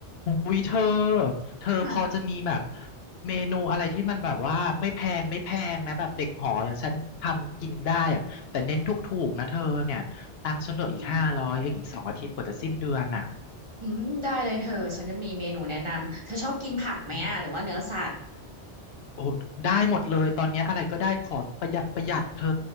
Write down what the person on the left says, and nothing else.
อุ้ยเธอเธอพอจะมีแบบ
เมนูอะไรที่มันแบบว่าไม่แพงไม่แพงนะแบบเด็กหออย่างฉันทำกินได้แบบแต่เน้นถูกๆนะเธอเนี่ยตังค์ฉันเหลืออีกห้าร้อยเองอีกสองอาทิตย์กว่าจะสิ้นเดือนอ่ะ
อืม
โอ้ได้หมดเลยตอนเนี้ยอะไรก็ได้ขอประหยัดประหยัดเธอ